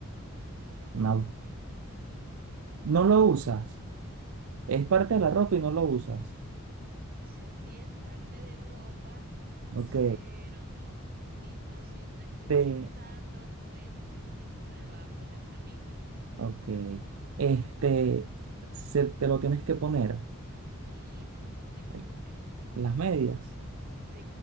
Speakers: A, on the right; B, on the right.
A: no lo uso
B: No.
A: así.
B: No lo usas. Es parte
A: Mm,
B: de la ropa y no lo usas.
A: o sea, sí es parte de ropa,
B: Ok.
A: pero no es lo util, no si- el que estoy
B: Te,
A: pensando, no es el que se utiliza debajo de las camisas.
B: ok. Este, se, te lo tienes que poner.
A: Sí, me lo tengo
B: eh,
A: que poner.
B: Las medias.
A: Sí,